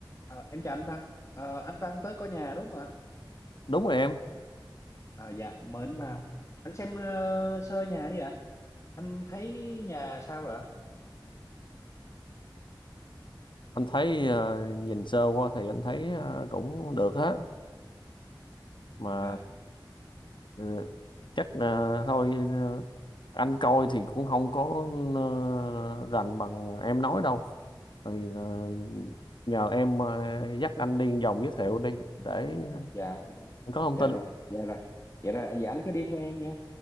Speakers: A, on the left (about 35°); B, on the left (about 70°).
A: Ờ, em chào anh Văn. Ờ, anh Văn tới coi nhà đúng không ạ?
B: đúng rồi em
A: Ờ, dạ, mời anh vào. Anh xem ờ, sơ nhà đi ạ. Anh thấy nhà sao rồi ạ?
B: anh thấy ờ, nhìn sơ qua thì anh thấy ờ, cũng được á mà
A: Dạ,
B: ờ, chắc là thôi ờ, anh coi thì cũng không có ờ, rành bằng em nói đâu thì ờ, nhờ em ờ, dắt anh đi vòng giới thiệu đi để
A: dạ,
B: anh có thông
A: dạ
B: tin
A: rồi, dạ rồi. Dạ rồi, dạ anh cứ đi theo em nha.